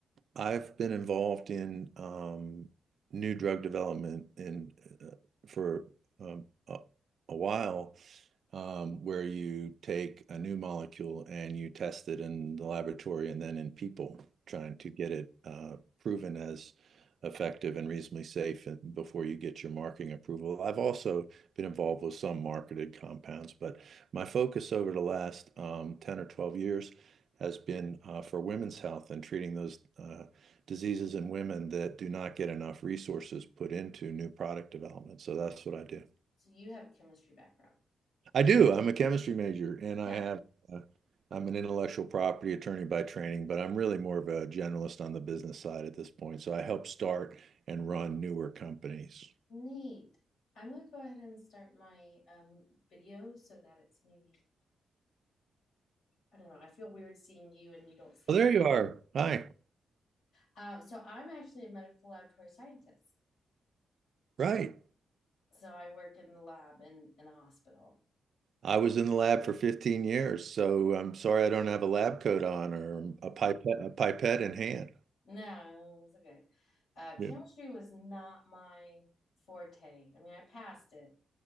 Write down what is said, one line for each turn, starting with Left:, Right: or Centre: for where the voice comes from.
Right: I've been involved in um, new drug development in uh, for um, a, a while. um, where you take a new molecule and you test it in the laboratory and then in people, trying to get it uh, proven as effective and reasonably safe before you get your marketing approval. I've also been involved with some marketed compounds, but my focus over the last um, 10 or 12 years has been uh, for women's health and treating those uh, diseases in women that do not get enough resources put into new product development. So that's what I do.
Left: So you have a chemistry background.
Right: I do. I'm a chemistry major and I
Left: Yeah.
Right: have uh, I'm an intellectual property attorney by training, but I'm really more of a generalist on the business side at this point. So I help start and run newer companies.
Left: Neat. I'm gonna go ahead and start my um video so that it's maybe I don't know. I feel weird seeing you and you don't see
Right: Well,
Left: me.
Right: there you are. Hi.
Left: Uh, so I'm actually a medical laboratory scientist.
Right: Right.
Left: So I work in the lab in in a hospital.
Right: I was in the lab for 15 years, so I'm sorry I don't have a lab coat on or a pipette a pipette in hand.
Left: No, it was okay. Uh, chemistry
Right: Yeah.
Left: was not my forte. I mean, I passed it,